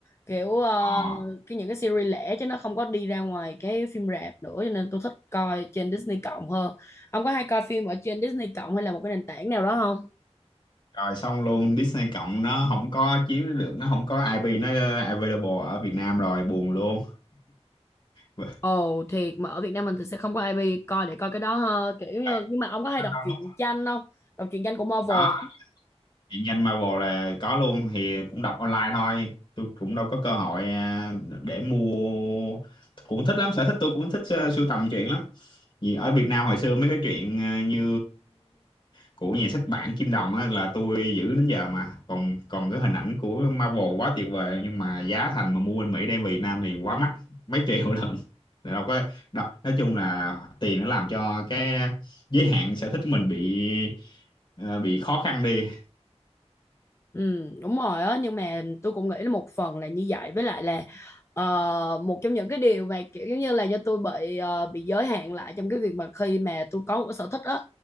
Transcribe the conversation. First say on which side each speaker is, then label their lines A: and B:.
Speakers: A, on the left; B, on the left.
A: kiểu ờ,
B: Ờ,
A: cái những cái series lẻ chứ nó không có đi ra ngoài cái phim rạp nữa cho nên tôi thích coi trên Disney cộng hơn ông có hay coi phim ở trên Disney cộng hay là một cái nền tảng nào đó không
B: rồi xong luôn Disney cộng nó không có chiếu được, nó không có IP nó available ở Việt Nam rồi, buồn luôn. <laughs>
A: Ồ thiệt mà ở Việt Nam mình thì sẽ không có ai bi coi để coi cái đó ha kiểu như
B: Vậy,
A: nhưng mà ông có hay
B: có
A: đọc
B: đôi
A: truyện
B: lúc
A: tranh không đọc truyện tranh của Marvel
B: có điện danh Marvel là có luôn thì cũng đọc online thôi. Tôi cũng đâu có cơ hội ờ, để mua cũng thích lắm sở thích tôi cũng thích ờ, sưu tầm truyện lắm vì ở Việt Nam hồi xưa mấy cái chuyện ờ, như của nhà sách bản Kim Đồng á là tôi giữ đến giờ mà còn còn cái hình ảnh của Marvel quá tuyệt vời nhưng mà giá thành mà mua bên Mỹ đem về Việt Nam thì quá mắc mấy triệu <laughs> lần Thì đâu có đâu nói chung là tiền nó làm cho cái giới hạn sở thích mình bị ờ, bị khó khăn đi
A: Ừ, đúng rồi á nhưng mà tôi cũng nghĩ là một phần là như vậy với lại là ờ, một trong những cái điều mà kiểu giống như là do tôi bị ờ, bị giới hạn lại trong cái việc mà khi mà tôi có một cái sở thích á